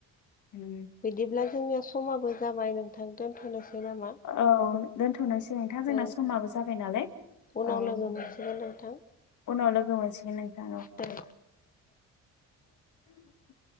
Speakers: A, on the left (about 75°); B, on the left (about 30°).
A: उम
B: बिदिब्ला जोंनिया समाबो जाबाय नोंथां दोनथ'नोसै नामा
A: औ दोनथ'नोसै नोंथां जोंना
B: औ
A: समाबो जाबाय नालाय।
B: उनाव
A: औ <unintelligible>
B: लोगो मोनसिगोन नोंथां
A: उनाव लोगो मोनसि
B: दे
A: <unintelligible>